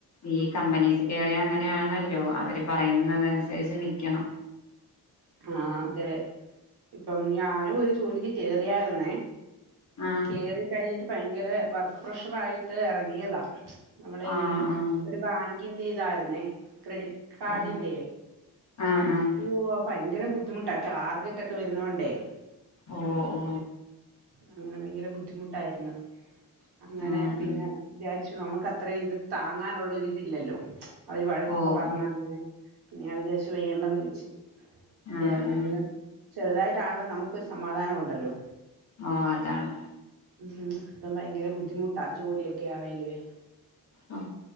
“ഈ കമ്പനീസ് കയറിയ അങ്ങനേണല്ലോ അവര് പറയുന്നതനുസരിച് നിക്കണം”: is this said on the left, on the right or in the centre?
Left